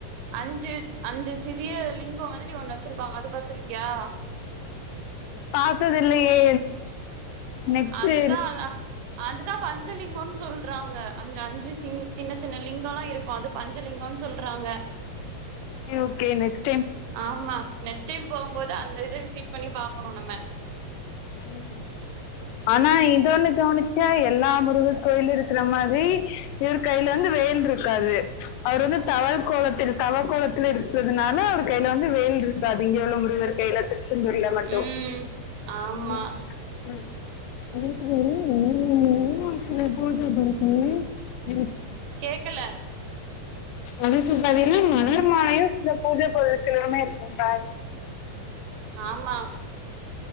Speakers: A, on the right; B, on the left.
A: அஞ்சு அஞ்சு சிறிய லிங்கோ மாதிரி ஒண்ணு வெச்சுருப்பாங்க அது பாத்திருக்கியா
B: பாத்ததில்லியே நெக்ஸ்ட்டு
A: அதுதா அதா அதுதா பஞ்சலிங்கோன்னு சொல்றாங்க அந்த அஞ்சு சிங் சின்ன சின்ன லிங்கோ ல்லா இருக்கு அது பஞ்சலிங்கோன்னு சொல்றாங்க
B: ஓகே ஓகே நெக்ஸ்
A: ஆமா நெக்ஸ்ட் டைம் போம்போது அந்த அத விசிட் பண்ணி பாக்கணு நம்ம
B: ம் ஆனா இது ஒண்ணு கவினிச்சியா எல்லா முருகர் கோயிலு இருக்குற மாரி இரு கையில வந்து வேல் இருக்காது அவர் வந்து தவழ் கோலத்தில் தவ கோலத்துல இருக்றதுனால அவர் கையில வந்து வேல் இருக்காது அது இங்கே உள்ள முருகர் கையில திருச்செந்தூர்ல மட்டு
A: ம் ஆமா
B: ம் ம் அது எப்டி ம் ம் சில போது <unintelligible> இருக்கு
A: கேக்கல
B: என க்கு பதிலா மலர் மாலையு சில பூஜ பொருட்கலுமே இருக்கு கா
A: ஆமா